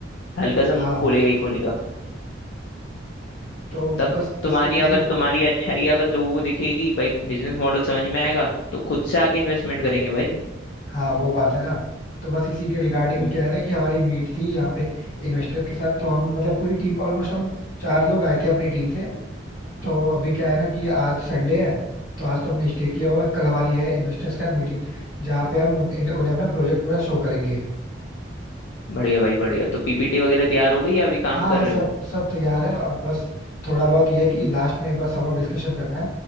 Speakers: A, on the left; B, on the left.
A: हल्का सा मुंह
B: हाँ,
A: खोलेगा ही खोलेगा
B: तो
A: तब
B: बस
A: तुम्हारी
B: इसी इसी
A: अगर
B: के
A: तुम्हारी अच्छाई अगर लोगों को दिखेगी भाई बिजनेस मॉडल समझ में आएगा तो खुद से आके इन्वेस्टमेंट करेंगे भाई
B: हाँ, वो बात है ना। तो बस इसी के रिगार्डिंग
A: हम्म,
B: क्या है ना कि हमारी मीट थी यहाँ पे इन्वेस्टर के साथ तो हम मतलब पूरी टीम ऑलमोस्ट हम चार लोग आए थे अपनी टीम से। तो अभी क्या है ना कि आज संडे है तो आज तो हमने स्टे किया हुआ है। कल हमारी है इन्वेस्टर्स के साथ मीटिंग जहाँ पे हम उन- उन्हें अपना प्रोजेक्ट पूरा शो करेंगे।
A: बढ़िया भाई बढ़िया तो पीपीटी वगैरह तैयार हो गई या अभी काम
B: हाँ, हाँ,
A: कर रहे
B: सब
A: हो
B: सब तैयार है। अब बस थोड़ा बहुत ये है कि लास्ट में एक बार समअप डिस्कशन करना है।